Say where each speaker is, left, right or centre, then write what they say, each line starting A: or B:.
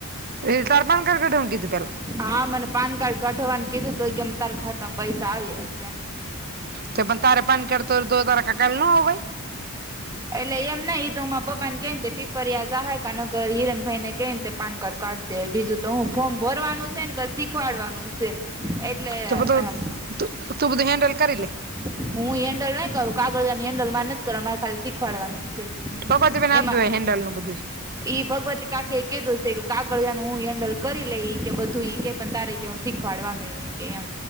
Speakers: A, on the right; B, on the right.
A: એ તરપણ કર ઘઢું <inaudible> કીધું પેલા.
B: હા મને પાન કાર્ડ કઢવાનું કીધું તો કેમ તારું ખાતમા પૈસા આવી કેમ.
A: તે પણ તારે પાન કાર્ડ તો તો તારા કાકા ના હોય.
B: એટલે એમ નહિ ઈ તો માર પપ્પા ને કે ને પીપરયા જાહર ક ન કર હિરન ભાઈ ને કેઈતે પાન કાર્ડ કાઢ દે બીજું તો હું ફોર્મ ભરવાનું છે ને પછી શીખવાડવાનું છે. એટલે
A: તો તો
B: એમ
A: તું બધું હેન્ડલ કરી લે.
B: હું હેન્ડલ નહી કરું કાગળજ ની હેન્ડલ મારે નથી કર મારે ખાલી શીખવાડવાનું જ છે.
A: ભગવતી બેન આપ
B: એમાં
A: દેવાય હેન્ડલ નું બધું
B: એ ભગવતી કા. એ કીધું છે કે કાગળનું હું હેન્ડલ કરી લઈ કે બધું ઈ કે પણ તારી કેું શીખવાડવાનું એ. કેમ